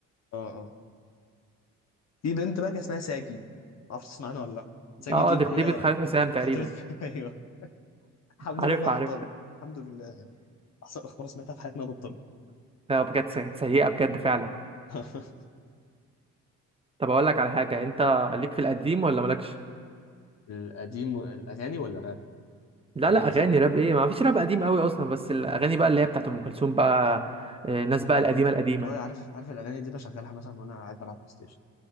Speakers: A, on the left; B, on the right.
A: اه اه في بنت بقى اسمها ساجي ما اعرفش تسمع عنها ولا لا ساجي
B: اه
A: دي
B: دي خطيبة
A: اللي هي
B: خالد حسام تقريبا
A: خطيبتك <laughs> ايوه الحمد
B: <laughs> عارف
A: لله انها
B: عارف
A: بطلت
B: <laughs>
A: الحمد لله احسن اخبار سمعتها في حياتي انها بطلت
B: لا بجد سي- كانت سيئة بجد فعلا
A: <laughs>
B: طب أقول لك على حاجة أنت ليك في القديم ولا مالكش؟
A: القديم الأغاني ولا راب؟
B: لا
A: أغاني
B: لا أغاني
A: صح؟
B: راب إيه ما فيش راب قديم قوي أصلا بس الأغاني بقى اللي هي بتاعت أم كلثوم بقى آه، الناس بقى القديمة القديمة
A: والله عارف عارف الاغاني دي بشغلها مثلا وانا قاعد بلعب بلاي ستيشن